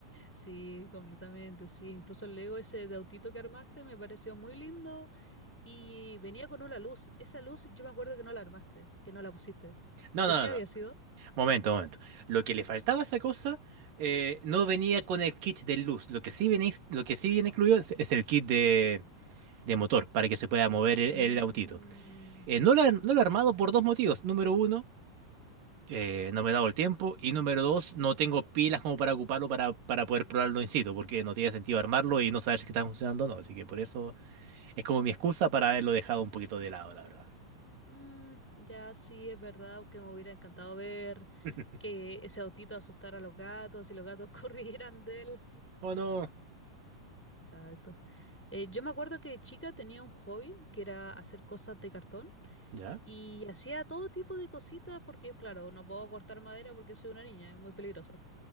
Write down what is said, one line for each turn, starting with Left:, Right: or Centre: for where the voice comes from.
Centre: Sí, completamente, sí. Incluso el Lego ese de autito que armaste me pareció muy lindo y venía con una luz. Esa luz yo me acuerdo que no la armaste, que no la pusiste.
Right: No,
Centre: ¿Por
Right: no,
Centre: qué había
Right: no, no.
Centre: sido?
Right: Momento, momento. Lo que le faltaba a esa cosa eh, no venía con el kit de luz. Lo que sí viene, lo que sí viene incluido es, es el kit de, de motor para que se pueda mover el,
Centre: Mm,
Right: el autito. Eh, no lo, he no lo he armado por dos motivos. Número uno, eh, no me he dado el tiempo. Y número dos, no tengo pilas como para ocuparlo para, para poder probarlo in situ, porque no tiene sentido armarlo y no saber si está funcionando o no. Así que por eso es como mi excusa para haberlo dejado un poquito de lado, la verdad.
Centre: mm, ya sí, es verdad que me hubiera encantado ver
Right: <laughs>
Centre: que ese autito asustara a los gatos y los gatos <laughs> corrieran de él.
Right: ¿O no?
Centre: Exacto. Eh, yo me acuerdo que de chica tenía un hobby que era hacer cosas de cartón.
Right: ¿Ya?
Centre: Y hacía todo tipo de cositas porque, claro, no puedo cortar madera porque soy una niña, es muy peligroso.